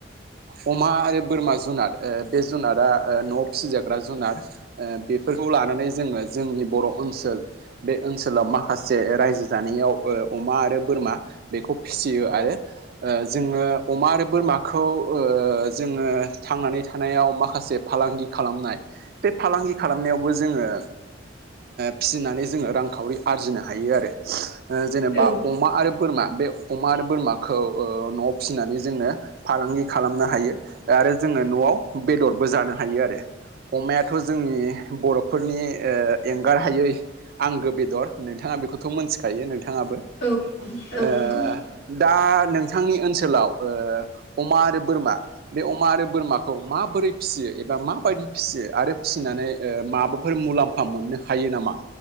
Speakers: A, on the right (about 55°); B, on the left (about 60°).
A: ओ अमा आरो बोरमा जुनार बे जुनारा न'आव फिसिजाग्रा जुनार ओ बेफोरखौ लानानै जोङो जोंनि बर' ओनसोल बे ओनसोलाव माखासे रायजो जानायाव ओ अमा आरो बोरमा बेखौ फिसियो आरो ओ जोङो अमा आरो बोरमाखौ जोङो थांनानै थानायाव माखासे फालांगि खालामनाय बे फालांग फांगि खालामनायावबो जोङो ओ फिसिनानै जोङो रांखावरि आरजिनो हायो आरो ओ जेनेबा
B: औ
A: अमा आरो बोरमा बे अमा आरो बोरमाखौ न'आव फिसिनानै जोंनो फालांगि खालामनो हायो आरो जोङो न'आव बेदरबो जानो हायो आरो अमायाथ' जोंनि बर'फोरनि एंगार हायै आंगो बेदर नोंथाङा बेखौथ' मिथिखायो नों बिथाङाबो ओ
B: औ औ नंगौ
A: दा नोंथांनि ओनसोलाव ओ अमा आरो बोरमा बे अमा आरो बोरमाखौ माबोरै फिसियो एबा माबायदि फिसियो आरो फिसिनानै ओ माबाफोर मुलाम फा मोननो हायो नामा